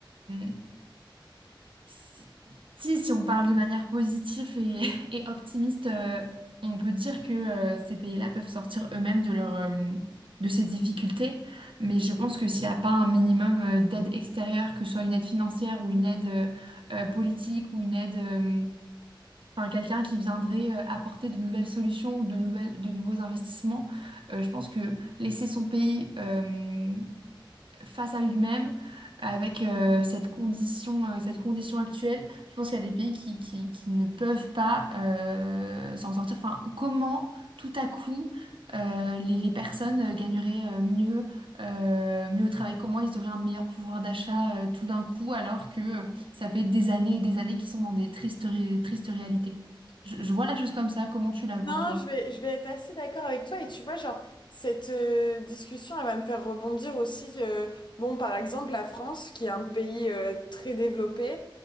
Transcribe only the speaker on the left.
Non,
je vais, je vais être assez d'accord avec toi. Et tu vois, genre, cette euh, discussion, elle va me faire rebondir aussi. euh, bon, par exemple, la France, qui est un pays euh, très développé